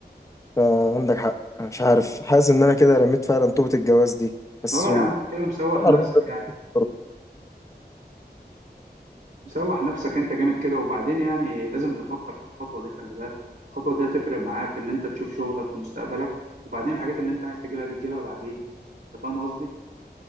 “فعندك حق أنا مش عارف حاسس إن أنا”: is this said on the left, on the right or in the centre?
Left